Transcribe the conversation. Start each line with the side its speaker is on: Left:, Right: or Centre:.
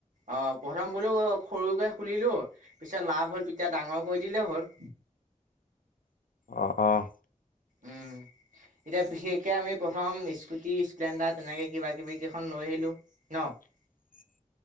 Right: অ প্ৰথম বোলো সৰুকে খুলিলো পিছত লাভ হল এতিয়া ডাঙৰ কৰি দিলে হ'ল
Left: অঁ অঁ।
Right: উম। এতিয়া বিশেষকে আমি প্ৰথম স্কুটি স্প্লেণ্ডাৰ তেনেকে কিবা কিবি কেইখন লৈ আহিলও। ন? <unintelligible>
Left: <inaudible>